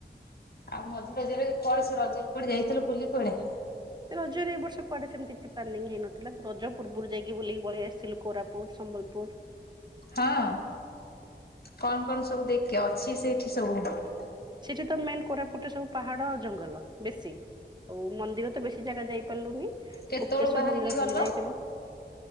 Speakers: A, on the left; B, on the right.
A: ଆଉ ମଝି ରଜରେ କୁଆଡେ ସେ ରଜ କୁଆଡ଼େ ଯାଇଥିଲ ବୁଲି କୁଆଡେ?
B: ରଜରେ ଏ ବର୍ଷ କୁଆଡେ ସେମତି କିଛି ପ୍ଲାନିଂ ହେଇନଥିଲା ରଜ ପୂର୍ବରୁ ଯାଇକି ବୁଲିକ ପଳେଇ ଆସିଲୁ କୋରାପୁଟ ସମ୍ବଲପୁର।
A: ହଁ କଣ କଣ ସବୁ ଦେଖେ ଅଛି ସେଇଠି ସବୁ?
B: ସେଠି ତ ମେନ କୋରାପୁଟରେ ସବୁ ପାହାଡ ଜଙ୍ଗଲ ବେଶୀ। ହଉ ମନ୍ଦିର ତ ବେଶୀ ଜାଗା ଯାଇପାରିଲୁନି
A: କେତେବେଳୁ
B: ଗୁପ୍ତେଶ୍ଵର
A: ବାହାରିକି
B: ମନ୍ଦିର
A: ଗଲ?
B: ଖାଲି ଯାଇଥିଲୁ।